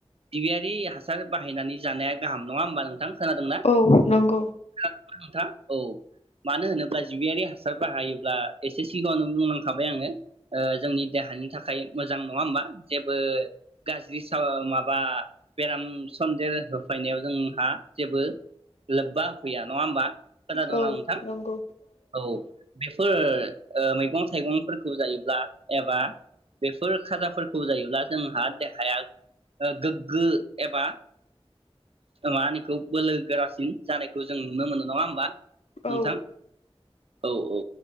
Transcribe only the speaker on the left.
औ नंगौ
औ
नंगौ
औ